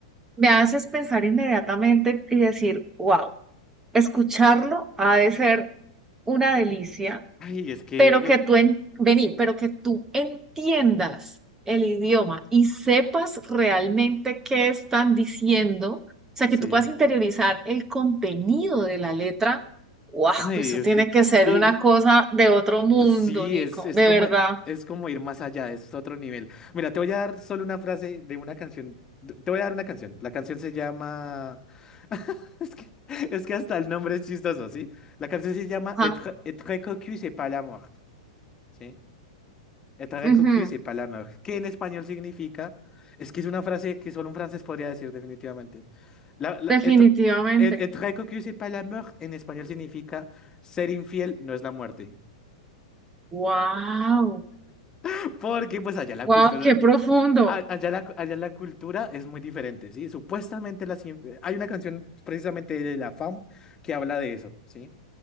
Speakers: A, on the right; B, on the left.
A: me haces pensar inmediatamente y decir, wow. escucharlo ha de ser una delicia,
B: Ay, es que,
A: pero que
B: eh,
A: tú en, vení, pero que tú entiendas el idioma y sepas realmente qué están diciendo, o sea,
B: sí.
A: que tú puedas interiorizar el contenido de la letra. ¡Wow!
B: Ay,
A: Eso
B: es
A: tiene
B: que,
A: que ser
B: y,
A: una cosa de otro mundo,
B: Sí,
A: Nico,
B: es, es
A: de
B: como,
A: verdad.
B: es como ir más allá, es otro nivel. Mira, te voy a dar solo una frase de una canción. Te te voy a dar una canción. La canción se llama... <laughs> Es que, es que hasta el nombre es chistoso, ¿sí? La canción se llama
A: Ajá,
B: Être, être cocu, c'est pas la mort, ¿sí? Être
A: ujú,
B: cocu, c'est pas la mort. ¿Qué en español significa... Es que es una frase que solo un francés podría decir definitivamente. La, la-
A: definitivamente.
B: être, être être cocu, c'est pas la mort en español significa ser infiel no es la muerte.
A: ¡Wow!
B: <laughs> Porque pues allá la
A: ¡Wow!
B: cultura,
A: ¡Qué profundo!
B: a- Allá la, allá la cultura es muy diferente, ¿sí? Supuestamente las cien- eh, hay una canción precisamente de la FAM que habla de eso, ¿sí?